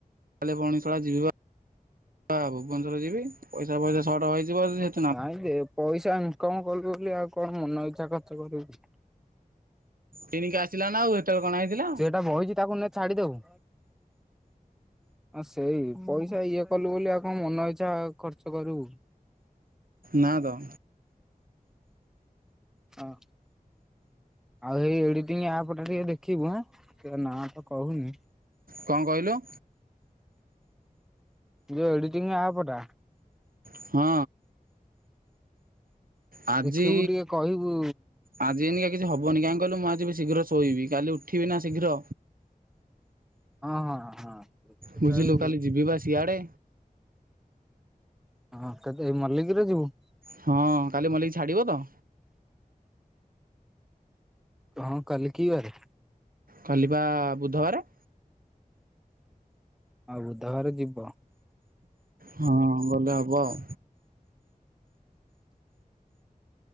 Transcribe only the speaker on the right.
କାଲି ପୁଣି ସଳା ଷିବି ପା ଭୁବନେଶ୍ୱର ଯିବି ପଇସା ଫଇସା ସଟ୍ ହେଇଯିବ ଯଦି
କିଣିକି ଆସିଲା ନା ଉ ହେତେବେଳେ କଣ ଆଇଥିଲା?
ନା ତ
କଣ କହିଲୁ?
ହଁ ଆଜି
ଆଜି ଜିନ୍ ଗା କିଛି ହବନି କାହିଁ କହିଲ ମୁଁ ଆଜି ବି ଶୀଘ୍ର ଶୋଇବି, କାଲି ଉଠିବି ନା ଶୀଘ୍ର।
ବୁଝିଲୁ
କାଲି ଯିବିବା ବା ସିଆଡ଼େ।
ହଁ କାଲି ମଲ୍ଲିକି ଛାଡି଼ବ ତ?
କାଲି ପା ବୁଧବାରେ।
ହଁ ଗଲେ ହବ ଆଉ।